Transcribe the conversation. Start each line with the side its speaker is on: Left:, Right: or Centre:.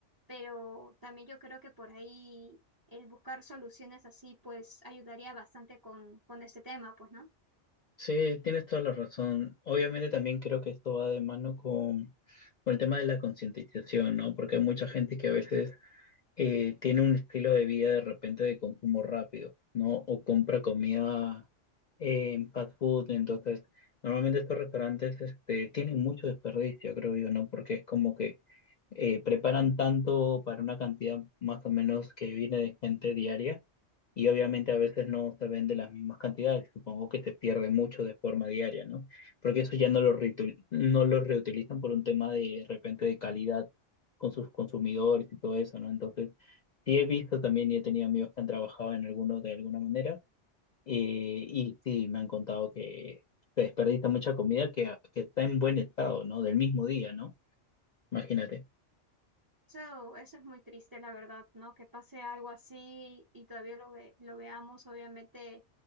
Right: pero también yo creo que por ahí el buscar soluciones así pues ayudaría bastante con, con este tema, pues, ¿no?
Left: Sí, tienes toda la razón. Obviamente también creo que esto va de mano con, con el tema de la concientización, ¿no? Porque hay mucha gente que a veces eh, tiene un estilo de vida de repente de consumo rápido, ¿no? O compra comida eh, en fast food. Entonces, normalmente estos restaurantes este, tienen mucho desperdicio, creo yo, ¿no? Porque es como que eh, preparan tanto para una cantidad más o menos que viene de gente diaria y obviamente a veces no se vende las mismas cantidades. Supongo que se pierde mucho de forma diaria, ¿no? Porque eso ya no lo, reitu- no lo reutilizan por un tema de, de repente de calidad con sus consumidores y todo eso, ¿no? Entonces, sí he visto también y he tenido amigos que han trabajado en alguno de alguna manera eh, y sí, me han contado que se desperdicia mucha comida que, que está en buen estado, ¿no? Del mismo día, ¿no? Imagínate.
Right: Eso, eso es muy triste, la verdad, ¿no? Que pase algo así y todavía lo ve, lo veamos. Obviamente,